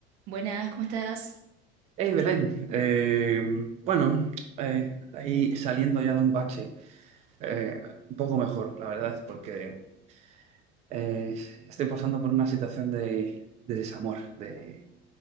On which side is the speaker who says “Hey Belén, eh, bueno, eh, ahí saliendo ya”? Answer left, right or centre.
Right